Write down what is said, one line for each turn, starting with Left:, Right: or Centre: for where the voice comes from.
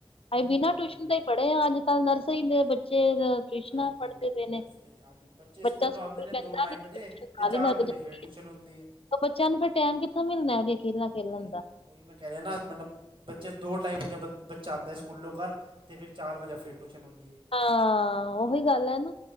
Left: ਅਸੀਂ
Right: ਹੂੰ
Left: ਬਿਨਾਂ
Right: ਹੂੰ
Left: ਟਿਊਸ਼ਨ
Right: ਹੂੰ
Left: ਦੇ ਈ ਪੜ੍ਹੇ ਆ, ਅੱਜ- ਕੱਲ੍ਹ ਨਰਸਰੀ
Right: ਹਾਂ
Left: ਦੇ ਬੱਚੇ ਟਿਊਸ਼ਨਾਂ
Right: ਹਾਂਜੀ
Left: ਪੜ੍ਹਦੇ
Right: ਹਾਂਜੀ
Left: ਪਏ ਨੇ,
Right: ਨਰਸਰੀ ਦੇ ਹਾਂਜੀ ਬੱਚੇ
Left: ਬੱਚਾ
Right: ਸਕੂਲੋਂ
Left: ਸਕੂਲ
Right: ਆਉਂਦੇ ਨੇ
Left: ਜਾਂਦਾ
Right: ਦੋ ਢਾਈ
Left: ਨੀ
Right: ਵਜੇ ਅਤੇ
Left: ਸ ਨਾਲ
Right: ਚਾਰ
Left: ਈ ਲੱਗ
Right: ਵਜੇ
Left: ਜਾਦੀ
Right: ਫਿਰ ਟਿਊਸ਼ਨ
Left: ਏ,
Right: ਹੁੰਦੀ ਹੈ
Left: ਉਹ ਬੱਚਿਆਂ ਨੂੰ ਫਿਰ ਟੈਮ ਕਿੱਥੋਂ ਮਿਲਣਾ ਅੱਗੇ ਖੇਲਾਂ ਖੇਲਣ
Right: ਉਹੀ
Left: ਦਾ
Right: ਉਹੀ ਉਹੀ ਮੈਂ ਕਹਿ ਰ ਨਾ ਮਤਲਬ ਬੱਚੇ ਦੋ ਢਾਈ ਵਜਾ ਬ ਬੱਚਾ ਆਉਦਾ ਸਕੂਲੋਂ ਘਰ ਅਤੇ ਫਿਰ ਚਾਰ ਵਜੇ ਫਿਰ ਟਿਊਸ਼ਨ ਹੁੰਦੀ ਐ।
Left: ਹਾਂ ਉਹੀ ਗੱਲ ਹੈ ਨਾ